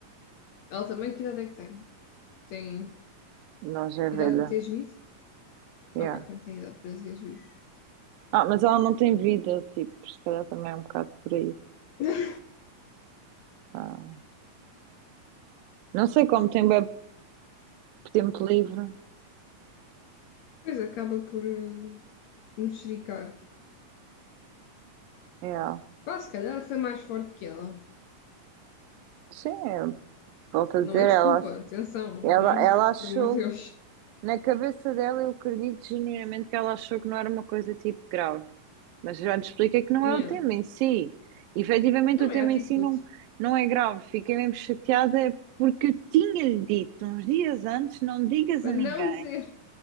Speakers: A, on the left (about 75°); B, on the right (about 85°).
A: Ela também, que idade é que tem? Tem
B: Nós é velha.
A: idade para ter juízo?
B: Yeah.
A: Ok, portanto tem idade para ter juízo.
B: Ah, mas ela não tem vida, tipo, se calhar também é um bocado por aí.
A: <laughs>
B: Ah, Não sei como tem bué tempo livre.
A: Depois acaba por eh, mexericar.
B: É,
A: Pá, se calhar foi mais forte que ela.
B: sim, eu volto a
A: Não
B: dizer,
A: é desculpa,
B: ela, ach-
A: atenção,
B: ela,
A: né?
B: ela
A: <laughs> Porque,
B: achou,
A: por amor de Deus.
B: na cabeça dela, eu acredito genuinamente que ela achou que não era uma coisa tipo grave, mas já te expliquei que não
A: Yeah.
B: é o tema em si. Efetivamente,
A: Não,
B: o tema
A: é a atitude.
B: em si não, não é grave. Fiquei mesmo chateada porque eu tinha-lhe dito uns dias antes: não digas
A: Para
B: a ninguém.
A: não dizer.